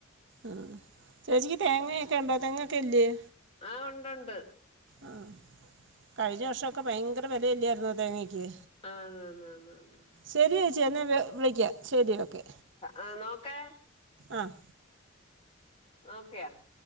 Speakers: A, on the right; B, on the left.
A: ആഹ് ചേച്ചിക്ക് തേങ്ങൊക്കെ ഉണ്ടോ തേങ്ങൊക്കെ ഇല്ലയേ
B: ആഹ് ഉണ്ടുണ്ട്
A: ആഹ് കഴിഞ്ഞ വർഷമൊക്കെ ഭയങ്കര വിലയില്ലായിരുന്നോ തേങ്ങക്ക്
B: ആഹ് അന്ന ആന്ന ആന്നു
A: ശരി യേച്ചി എന്നാൽ വി വിളിക്കാം ശരി ഓക്കെ
B: ആ നോക്കേ
A: ആഹ്
B: നോക്കെയ